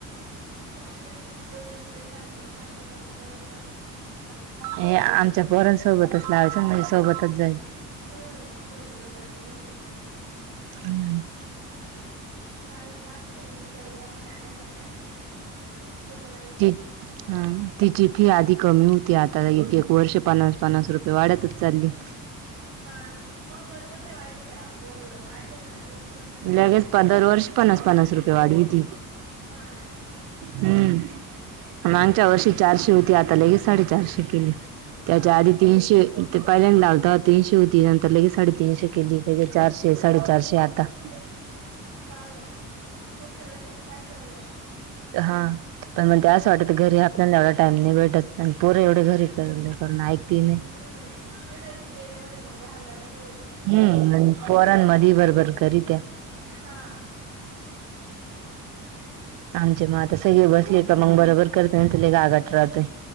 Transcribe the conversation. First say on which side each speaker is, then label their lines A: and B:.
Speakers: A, on the right (about 50°); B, on the right (about 75°).
A: तेव्हा त्यांना दोन तीन वेळेस सारखं सांगून सांगून तेव्हाच लावायल लावतील.
B: हे आमच्या पोरांनासोबतच लावायचं ना म्हणजे सोबतच जाईल.
A: हम्म सोबतच जातील म्हणजे
B: हम्म
A: चालेल पाहते ना मी विचारून त्यांना काय म्हणताय काय नाही कुड लावी
B: तीत हम तिची फी आधी कमी होती आता एक एक वर्ष पन्नास पन्नास रुपये वाढ्तच चालली.
A: हा मग बरोबर ते वाढवीत्या आओ पोर जर वाढले ना लगेच वाढीत वाढीत
B: लगेच
A: येत्या
B: दरवर्षी पन्नास पन्नास रुपये वाढवीती.
A: हा ना
B: हम्म च्या वर्षी चारशे होती, आता लगे साडे चारशे केली त्याच्या
A: हा
B: आधी
A: ना
B: तीनशे ते पहिल्यांदा लाव तीनशे होती. लगेच साडे तीनशे केली, लगेच चारशे, साडे
A: हा
B: चारशे आत्ता <inaudible>
A: पहा बरं पुढच्या वर्ष लगेच पाचशे होऊन जाईल.
B: हा पण म्हण ते असं वाटत घरी आपल्याला एवढा टाइम नाय भेटत पोर एवढे घरी करून ऐकती नाही.
A: हम्, तिड गेले म्हणजे घाबरत्यात थोडे
B: हम्म, आण पोरमधी बरबर करित्या
A: हा
B: आमचे मग आता सगळे बसले का मग बरोबर करतय नाही तर लय गागत राहतोय.